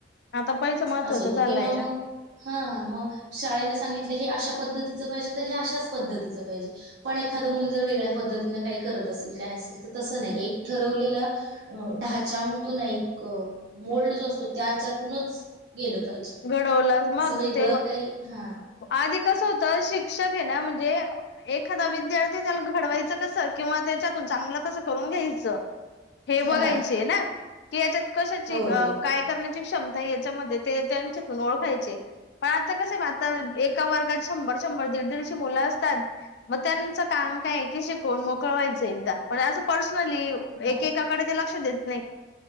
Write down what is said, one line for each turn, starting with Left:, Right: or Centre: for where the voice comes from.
Left: आता पैसा महत्त्वाच
Right: असं होतं
Left: झालाय
Right: किंवा मग
Left: ना.
Right: हा मग शाळेन सांगितलं हे अशा पद्धतीचं पाहिजे तर हे अशाच पद्धतीचं पाहिजे. पण एखादं मूल जर वेगळ्या पद्धतीनं काही करत असेल काय असेल तर तसं नाही एक ठरवलेलं, अ ढाचा म्हणतो ना एक मोल्ड जो असतो त्याच्यातूनच गेल पाहिजे
Left: घडवलाच
Right: असं
Left: मग
Right: वेगळं
Left: ते
Right: काही हा.
Left: आधी कसं होतं शिक्षक आहे ना म्हणजे, एखादा विद्यार्थी त्याला घडवायचं कसं, किंवा त्याच्यातून चांगलं कसं करून घ्यायचं. हे बघायचे
Right: हा
Left: आहे ना की, याच्यात कशाची
Right: हो हो हो
Left: काय करण्याची क्षमता याच्यामध्ये ते. त्यांच्यातून ओळखायचे. पण आता कसं आहे आता एका वर्गात शंभर शंभर दीड दीडशी मुलं असतात. मग त्यांचं काम काय एकी शिकवून मोकळवायचं एकदा पण असं पर्सनली
Right: हो
Left: एकेकाकडे
Right: हो
Left: ते लक्ष देत नाही.